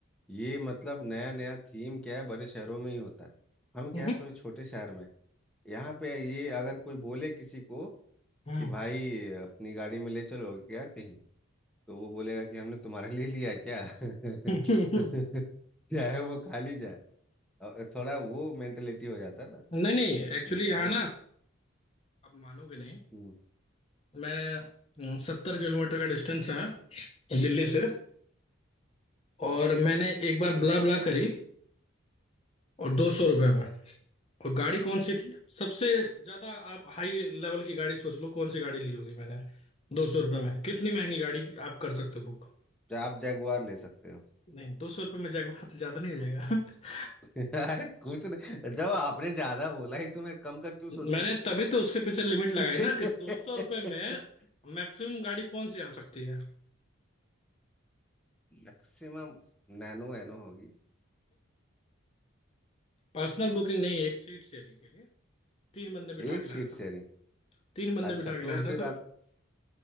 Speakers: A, in the centre; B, on the left.
A: ये मतलब नया नया थीम क्या है बड़े शहरों में ही होता है हम क्या
B: हम्म
A: है थोड़े छोटे शहर में हैं। यहाँ पे ये अगर कोई बोले किसी को
B: हम्म।
A: कि भाई अपनी गाड़ी में ले चलो क्या कहीं तो वो बोलेगा कि हमने तुम्हारे लिए लिया क्या <laughs>
B: <laughs>
A: चाहे वो खाली जाए और थोड़ा वो मेंटेलिटी हो जाता है ना
B: नहीं नहीं
A: कि
B: एक्चुअली
A: अरे
B: यहाँ ना आप मानोगे नहीं
A: हम्म,
B: मैं हम्म, सत्तर किलोमीटर का डिस्टेंस है दिल्ली से और मैंने एक बार ब्ला ब्ला करी और दो सौ रुपये में और गाड़ी कौन सी थी सबसे ज्यादा आप हाई लेवल की गाड़ी सोच लो कौन सी गाड़ी ली होगी मैंने दो सौ रुपये में कितनी महंगी गाड़ी आप कर सकते हो बुक
A: जा- आप जैगुआर ले सकते हो
B: नहीं दो सौ रुपये में जाएगा बात ज्यादा नहीं हो जाएगा <laughs>
A: <laughs> अरे कुछ नहीं जब आपने ज्यादा बोला ही तो मैं कम का क्यों सोचूं
B: मैंने तभी तो उसके पीछे लिमिट लगाई
A: <laughs>
B: ना कि दो सौ रुपये में मैक्सिमम गाड़ी कौन सी आ सकती है
A: मैक्सिमम नैनो एनो होगी
B: पर्सनल बुकिंग नहीं है एक सीट शेयरिंग के लिए तीन बंदे बिठा
A: एक
B: के
A: शीट
B: लाया था
A: शेयरिंग
B: वो। तीन बंदे
A: अच्छा
B: बिठा
A: तो
B: के लाया था
A: फिर
B: तो
A: आप